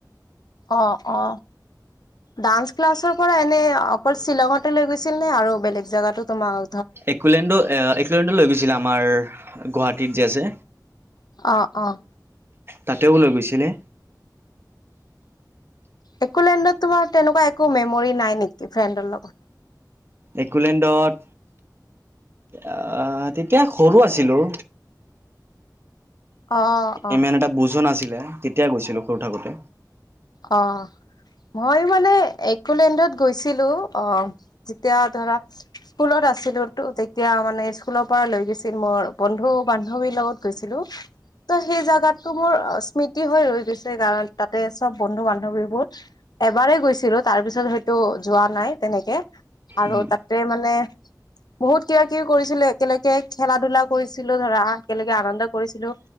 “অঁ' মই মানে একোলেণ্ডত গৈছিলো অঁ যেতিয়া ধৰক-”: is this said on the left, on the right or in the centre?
Left